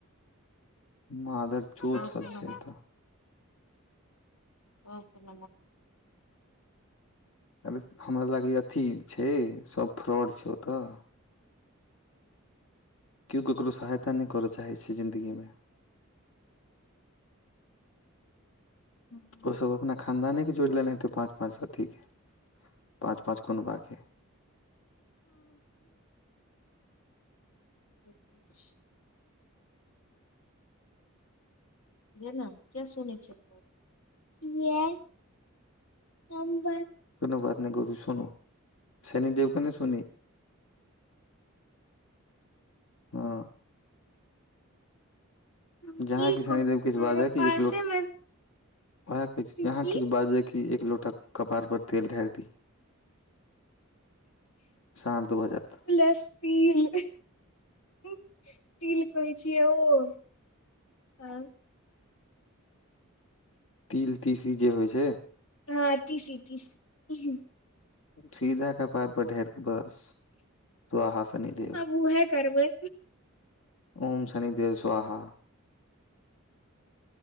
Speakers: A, on the left (about 70°); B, on the left (about 80°).
A: मादर चोद
B: सबके
A: सब
B: नम्बर
A: छै एतऽ
B: ओ न
A: अरे हमरा लागै अथी छै सभ फ्रॉड छै ओतऽ केओ ककरो सहायता नहि करय चाहै छै जिन्दगीमे
B: हू <unintelligible>
A: ओस अपना खानदानेके जोड़ि देने हेतै पाँच पाँच अथीके पाँच पाँच कोन बाके
B: ज देना किया सुने छै गप किया हम बात
A: कोनो बात नहि गौरी सुनू शनिदेवके ने सुनी हँ
B: हम की
A: जहाँ कि शनिदेव
B: कहू
A: किछु
B: हमरा
A: बाजय
B: पासेमे
A: एकलोट वएह कह जहाँ
B: की
A: किछु बाजे की एक लोटा कपार पर तेल ढार दी सढ़ दू बजत
B: लेसपील तिल कह छी ओ आ
A: तिल तीसी जे होइ छै
B: हँ टीसी टीसी
A: सीधा कपार पर ढेर के बस स्वाहा शनिदेव
B: आब उहे करबै
A: ओम शनि देेव स्वहा